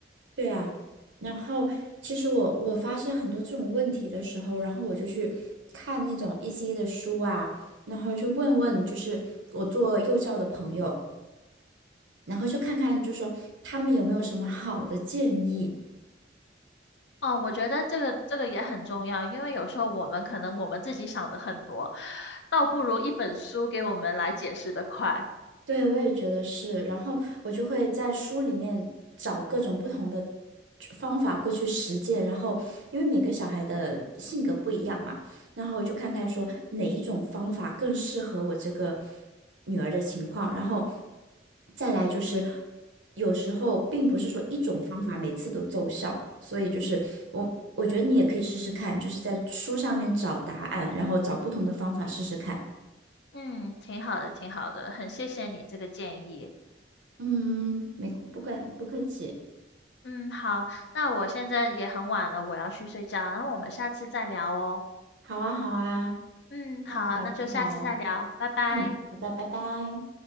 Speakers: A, on the right; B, on the left.
A: 对啊，然后其实我我发现很多这种问题的时候，然后我就去看那种 EC 的书啊，然后去问问就是我做幼教的朋友，然后就看看就说他们有没有什么好的建议。
B: 哦，我觉得这个这个也很重要，因为有时候我们可能我们自己想的很多，倒不如一本书给我们来解释的快。
A: 对，我也觉得是。然后我就会在书里面找各种不同的方法过去实践。然后，因为每个小孩的性格不一样嘛，然后我就看看说哪一种方法更适合我这个女儿的情况。然后再来就是，有时候并不是说一种方法每次都奏效，所以就是我我觉得你也可以试试看，就是在书上面找答案，然后找不同的方法试试看。
B: 嗯，挺好的，挺好的，很谢谢你这个建议。
A: 嗯，没，不客不客气。
B: 嗯，好，那我现在也很晚了，我要去睡觉，然后我们下次再聊哦。
A: 好啊，好啊，
B: 嗯，好，
A: 那我们改天聊。
B: 那就下次再聊，拜拜。
A: 嗯，好的，拜拜。